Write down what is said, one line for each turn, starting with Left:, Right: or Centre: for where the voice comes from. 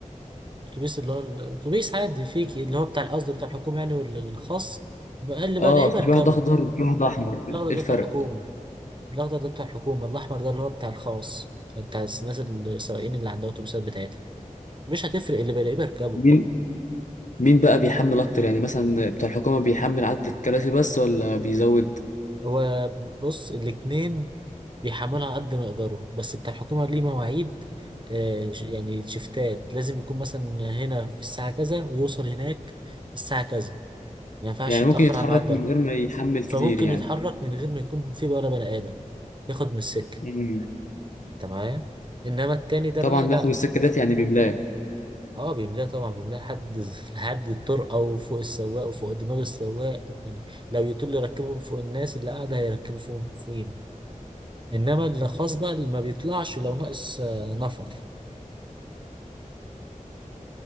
Right: اتوبيس اللي هو الاتوبيس عادي فيك اللي هو بتاع القصد بتاع الحكومه يعني والخاص بقل
Left: اه
Right: بقى الاقيه
Left: اصل
Right: بركبه
Left: في واحد اخضر وفي واحد احمر
Right: الاخضر
Left: ايه
Right: ده
Left: الفرق
Right: بتاع الحكومه الاخضر ده بتاع الحكومه الاحمر ده اللي هو بتاع الخاص بتاع الناس السواقين اللي عندها اتوبيسات بتاعتها مش هتفرق اللي بلاقيه بركبه
Left: مين مين بقى بيحمل اكتر يعني مثلا بتاع الحكومه بيحمل عدد الكراسي بس ولا بيزود
Right: هو بص الاتنين بيحملوا على قد ما يقدروا بس بتاع الحكومه ليه مواعيد آه، ش- يعني شفتات لازم يكون مثلا هنا في الساعه كذا ويوصل هناك الساعه كذا ما ينفعش
Left: يعني
Right: يتأخر
Left: ممكن يتحرك
Right: على الميعاد ده
Left: من غير ما يحمل
Right: فممكن
Left: كتير يعني
Right: يتحرك من غير ما يكون في بقى ولا بني آدم ياخد من السكة
Left: مم.
Right: انت معايا انما التاني ده
Left: طبعا
Right: بقى
Left: بياخد
Right: لا
Left: السكه ديت يعني بيملاه
Right: اه بيملاه طبعا بيملاه لحد <laughs> لحد الطرقه وفوق السواق وفوق دماغ السواق يعني لو يطول يركبه فوق الناس اللي قاعده هيركبه فوق فوقينا انما اللي خاص بقى اللي ما بيطلعش لو ناقص آه، نفر